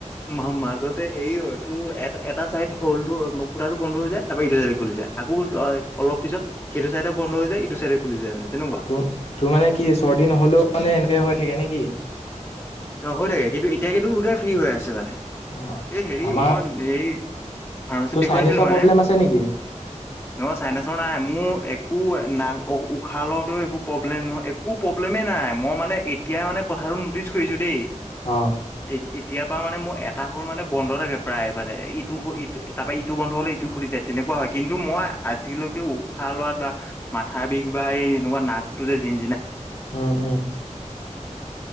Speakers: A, on the left (about 20°); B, on the left (about 55°).
A: মাউ মাজতে হেৰি হয় এটো এ এটা চাইড হলটো ফুটাটো বন্ধ হৈ যায়। তাপা ইটো চাইডে খুলি যায়। অলপ পিছত সেইটো চাইডে বন্ধ হৈ যায় ইটো চাইডে খুলি যায় মানে। তেনেকুৱা
B: ত তোৰ মানে কি চৰ্দি নহলেও মানে এনেকে হৈ থাকে নেকি?
A: অ, হৈ থাকে কিন্তু এতিয়া কিন্তু দুটাই ফ্ৰী হৈ আছে মানে।
B: অ
A: এ, হেৰি
B: আমাৰ
A: মই এই ফাৰ্মাচীত
B: তোৰ
A: দেখুৱাইছিলো
B: চাইনিজৰ
A: মানে।
B: প্ৰব্লেম আছে নেকি?
A: অ, চাইনাচৰ নাই মোৰ এক একো নাই উশাহ লওঁতেও একো প্ৰব্লেম নহয় একো প্ৰব্লেমে নাই। মই মানে এতিয়া মানে কথা আৰু নটিচ কৰিছো দেই
B: অ
A: এত এতিয়া তাৰ মানে মোৰ এটা হ' মানে বন্ধ থাকে প্ৰায়ে মানে ইটো হ টো তাৰ পৰা ইটো বন্ধ হ'লে ইটো খুলি যায়। তেনেকুৱা হয় কিন্তু মই আজিলৈকে উশাহ লোৱাত বা মাথা বিষ বা এই এনেকুৱা নাকটো যে জিঞ্জিনাই
B: উম, উম।